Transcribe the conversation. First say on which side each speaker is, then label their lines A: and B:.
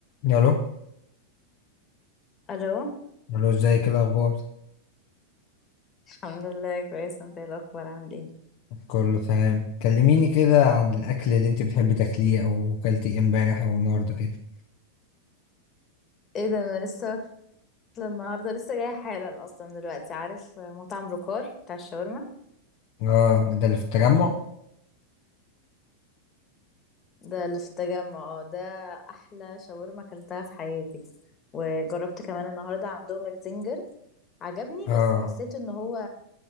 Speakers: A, on the left (about 45°); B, on the left (about 25°).
A: الو
B: الو
A: الو ازيك إيه الاخبار
B: الحمد لله كويس انت ايه الاخبار عامل ايه
A: كله تمام كلميني كده عن الاكل اللي انت بتحبي تاكليه او اكلتي ايه امبارح او النهارده كده
B: ايه ده انا لسه واكله النهارده لسه جايه حالا اصلا دلوقتي عارف مطعم روكار بتاع الشاورما
A: اه ده اللي في التجمع
B: ده اللي في التجمع اه ده احلى شاورما اكلتها في حياتي وجربت كمان النهارده عندهم الزنجر عجبني
A: اه
B: بس حسيت ان هو